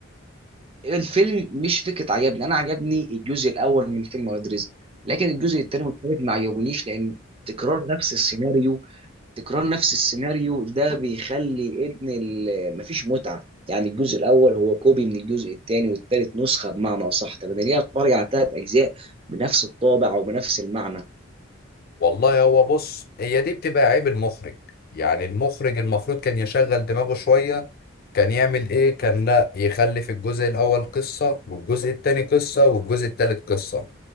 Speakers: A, on the right; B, on the left.
A: الفيلم مش فكره عجبني انا عجبني الجزء الاول من فيلم اولاد رزق لكن الجزء الثاني والثالث ما عجبونيش لان تكرار نفس السيناريو تكرار نفس السيناريو ده بيخلي ابن ال- مفيش متعه يعني الجزء الاول هو كوبي من الجزء الثاني والثالث نسخه بمعنى اصح طب انا ليه اتفرج على ثلاث اجزاء بنفس الطابع او بنفس المعنى
B: والله هو بص هي دي بتبقى عيب المخرج يعني المخرج المفروض كان يشغل دماغه شوية كان يعمل ايه كان لا يخلي في الجزء الاول قصة والجزء التاني قصة والجزء التالت قصة